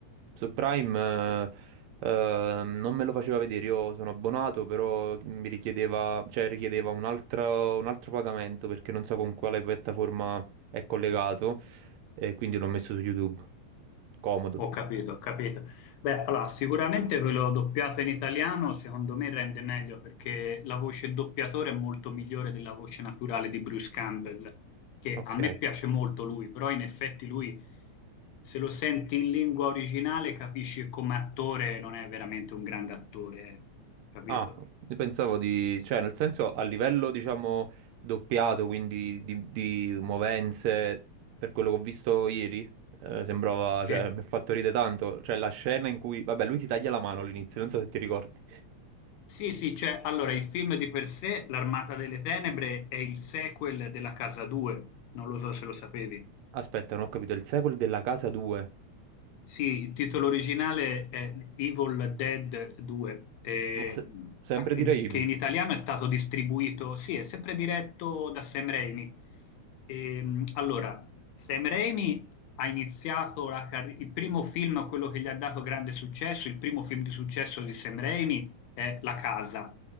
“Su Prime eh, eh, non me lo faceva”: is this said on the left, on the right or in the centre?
Right